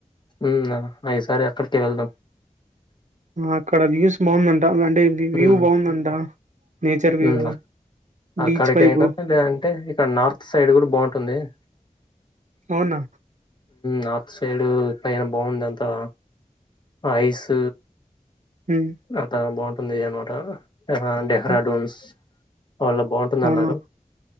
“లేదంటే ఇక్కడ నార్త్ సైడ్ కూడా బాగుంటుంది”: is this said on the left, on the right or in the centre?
Left